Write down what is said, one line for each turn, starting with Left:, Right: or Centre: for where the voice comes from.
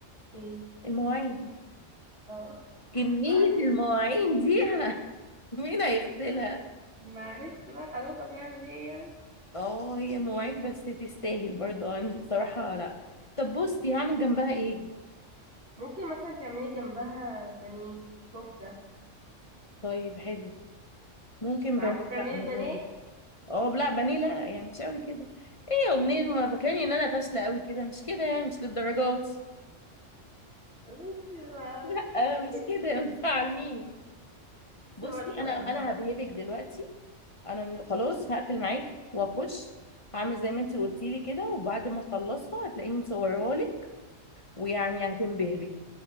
Right: ايه
Left: المواعين
Right: اه
Left: كمية
Right: معلش
Left: المواعين دي <laughs> مين هيغسلها
Right: معلش بقى خلاص هنعمل ايه يعني
Left: اه هي مواعين بس تستاهل برضه يعني بصراحة لا طب بصي هعمل جنبها ايه
Right: ممكن مثلا تعملي جنبها بانيه كفتة
Left: طيب حلو ممكن
Right: تعرفي
Left: بانيه
Right: تعملي
Left: بقى انا
Right: البانيه
Left: بقى- اه لا بانيه لا لا يعني مش قوي كده ايه يا منين
Right: طب-
Left: ما فاكراني ان انا فاشلة قوي كده مش كده يعني مش للدرجات
Right: طب انت بقى-
Left: لا
Right: بصي
Left: مش كده ما تزعلنيش
Right: بصي
Left: بصي
Right: برضه
Left: انا
Right: آه،
Left: انا
Right: بقى
Left: هبهبك دلوقتي انا خلاص هقفل معاكي واخش هعمل زي ما انت قلتي لي كده وبعد ما اخلصها هتلاقيني مصوراها لك ويعني هتنبهري